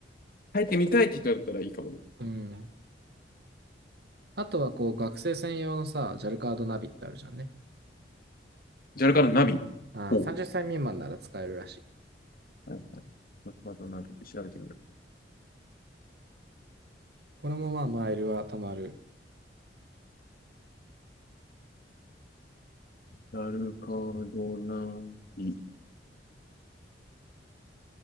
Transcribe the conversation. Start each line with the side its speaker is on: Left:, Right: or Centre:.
Left: 入ってみたいって聞かれたらいいかもね。
Right: うん。あとはこう学生専用のさ、JAL カードナビってあるじゃんね。
Left: ジャルカのナビ。
Right: ああ、
Left: ほ
Right: 30歳未満なら使えるらしい。
Left: う。はいはい。ジャルカのナビ、調べてみよう。
Right: これもまあマイルは貯まる。
Left: ジャルカのナビ。